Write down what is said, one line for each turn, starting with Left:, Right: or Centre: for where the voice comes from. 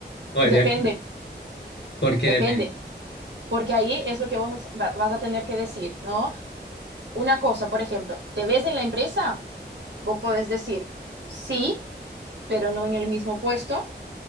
Left: Podría,
Right: Depende,
Left: porque
Right: depende,
Left: depende.
Right: porque ahí es lo que vos va- vas a tener que decir, ¿no? Una cosa, por ejemplo, ¿te ves en la empresa? Vos podés decir sí, pero no en el mismo puesto,